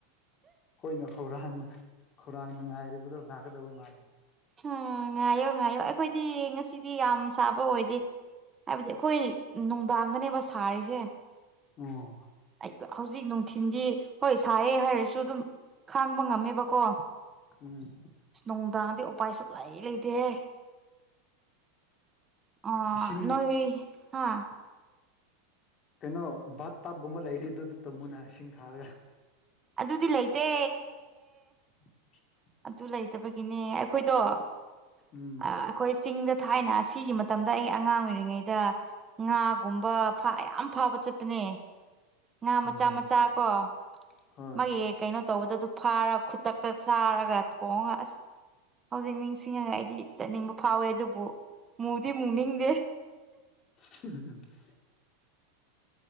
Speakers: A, on the left; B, on the right.
A: ꯍꯣꯏꯅ ꯈꯧꯔꯥꯡꯅ ꯈꯧꯔꯥꯡꯅ ꯉꯥꯏꯔꯤꯕꯗꯣ ꯂꯥꯛꯀꯗꯕ ꯃꯥꯜꯂꯦ
B: <unintelligible> ꯉꯥꯏꯌꯣ ꯉꯥꯏꯌꯣ ꯑꯩꯈꯣꯏꯗꯤ ꯉꯁꯤꯗꯤ ꯌꯥꯝ ꯁꯥꯕ ꯑꯣꯏꯗꯦ ꯍꯥꯏꯕꯗꯤ ꯑꯩꯈꯣꯏ ꯅꯨꯡꯗꯥꯡꯗꯅꯦꯕ ꯁꯥꯔꯤꯁꯦ
A: ꯑꯣ
B: <unintelligible> ꯍꯧꯖꯤꯛ ꯅꯨꯡꯊꯤꯟꯗꯤ ꯍꯣꯏ ꯁꯥꯏꯌꯦ ꯍꯥꯏꯔꯁꯨ ꯑꯗꯨꯝ ꯈꯥꯡꯕ ꯉꯝꯃꯦꯕꯀꯣ
A: ꯎꯝ
B: ꯁ ꯅꯨꯡꯗꯥꯡꯗꯤ ꯎꯄꯥꯏ ꯁꯨꯛꯂꯩ ꯂꯩꯇꯦꯍꯦ ꯑꯣ
A: ꯏꯁꯤꯡ
B: ꯅꯣꯏ ꯍꯥꯥ
A: ꯀꯩꯅꯣ ꯕꯥꯠ ꯇꯞ ꯒꯨꯝꯕ ꯂꯩꯔꯗꯤ ꯗꯨꯗ ꯇꯨꯝꯃꯨꯅꯦ ꯏꯁꯤꯡ ꯊꯥꯔꯒ
B: ꯑꯗꯨꯗꯤ ꯂꯩꯇꯦ
A: <unintelligible>
B: ꯑꯗꯨ ꯂꯩꯇꯕꯒꯤꯅꯦ ꯑꯩꯈꯣꯏꯗꯣ ꯑꯥ
A: ꯎꯝ
B: ꯑꯈꯣꯏ ꯆꯤꯡꯗ ꯊꯥꯏꯅ ꯁꯤꯒꯤ ꯃꯇꯝꯗ ꯑꯩ ꯑꯉꯥꯡ ꯑꯣꯏꯔꯤꯉꯩꯗ ꯉꯥꯒꯨꯝꯕ ꯐꯥ ꯌꯥꯝ ꯐꯥꯕ ꯆꯠꯄꯅꯦ ꯉꯥ ꯃꯆꯥ
A: ꯎꯝ
B: ꯃꯆꯥ ꯀꯣ
A: ꯍꯣꯏ
B: ꯃꯥꯒꯤ ꯀꯩꯅꯣ ꯇꯧꯕꯗ ꯑꯗꯨ ꯐꯥꯔ ꯈꯨꯗꯛꯇ ꯆꯥꯔꯒ ꯊꯣꯡꯉ ꯑꯁ ꯍꯧꯖꯤꯛ ꯅꯤꯡꯁꯤꯡꯉꯒ ꯑꯩꯗꯤ ꯆꯠꯅꯤꯡꯕ ꯐꯥꯎꯋꯦ ꯑꯗꯨꯕꯨ ꯃꯨꯗꯤ ꯃꯨꯛꯅꯤꯡꯗꯦ
A: <unintelligible>